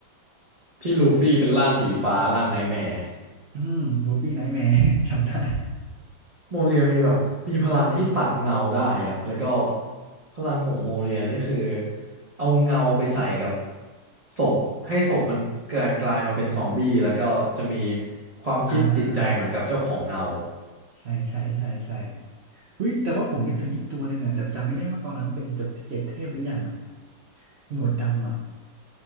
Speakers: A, on the right; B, on the right.
A: ที่ลูฟี่เป็นร่างสีฟ้าร่างไนท์แมร์
B: อืมลูฟี่ไนท์แมร์ <laughs> จำได้
A: โมเรียมีแบบมีพลังที่ตัดเงาได้อะแล้วก็พลังของโมเรียนี่คือเอาเงาไปใส่กับศพให้ศพมันกลายกลายมาเป็นซอมบี้แล้วก็จะมีความคิดจิตใจเหมือนกับเจ้าของเงา
B: <laughs> อ่าใช่ใช่ใช่ใช่เฮ้ยแต่ว่าผมนึกถึงอีกตัวหนึ่งอะแต่จำไม่ได้ว่าตอนนั้นเป็นจดเจ็ดเทพหรือยังอะหนวดดำอะ